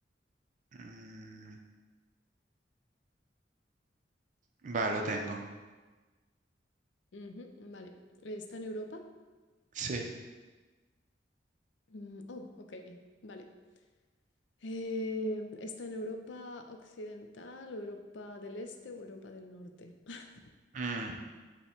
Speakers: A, on the right; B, on the left.
A: mm, va, lo tengo.
B: Ujú, vale, ¿está en Europa?
A: Sí.
B: Mm, oh, ok, vale. Eh, ¿está en Europa occidental, o Europa del Este o Europa del Norte? <laughs>
A: Mm,